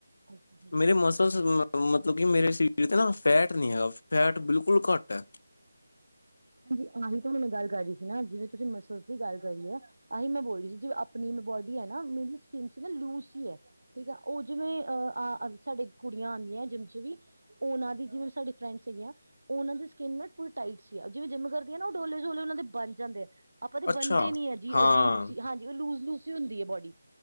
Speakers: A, on the right; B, on the left.
A: ਹਾਂਜੀ
B: ਮੇਰੇ ਮਸ ਮਸਲ ਮਤਲਬ ਕੀ ਮੇਰੇ ਸ਼ਰੀਰ ਤੇ ਨਾ ਫੈਟ ਨੀ ਆਯਾ, ਫੈ ਬਿਲਕੁਲ ਘੱਟ ਹੈ।
A: ਹਾਂਜੀ, ਆਹੀ ਤਾਂ ਮੈਂ ਗੱਲ ਕਰ ਰਹੀ ਸੀ ਨਾ। ਜਿਵੇਂ ਤੁਸੀਂ ਮਸਲ ਦੀ ਗੱਲ ਕਰੀਏ। ਆਹੀ ਮੈਂ ਬੋਲ ਰਹੀ ਸੀ, ਜਿ ਆਪਣੀ ਬੋਡੀ ਹੈ ਨਾ ਮੇਰੀ ਸਕਿਨ ਸੀ ਨਾ ਲੂਜ ਹੀ ਹੈ। ਠੀਕ ਆ, ਉਹ ਜਿਵੇਂ ਅ ਸਾਡੇ ਕੁੜੀਆਂ ਆਉਂਦੀਆਂ ਜਿਮ ਚ ਵੀ ਉਹਨਾਂ ਦੀ ਜਿਵੇਂ ਸਾਡੇ ਫਰੈਂਡਸ ਸੀ ਗੀਆਂ ਉਹਨਾਂ ਦੀ ਸਕਿੰਨ ਨਾ ਪੂਰੀ ਟਾਈਟ ਸੀ। ਜਿਵੇਂ ਜਿੰਮ ਕਰਦੀ ਨਾ ਉਹ ਡੋਲੇ-ਸੋਲੇ ਉਹਨਾਂ ਦੇ ਬਣ ਜਾਂਦੇ ਆ। ਆਪਾਂ ਤੇ
B: ਅੱਛਾ
A: ਬੰਦੇ ਨੀ ਹੈ ਜੀ
B: ਹਾਂ
A: ਅਜੀਬ ਸੀ ਹਾਂਜੀ, ਉਹ ਲੂਸ-ਲੂਸ ਹੁੰਦੀ ਹੈ ਬੋਡੀ।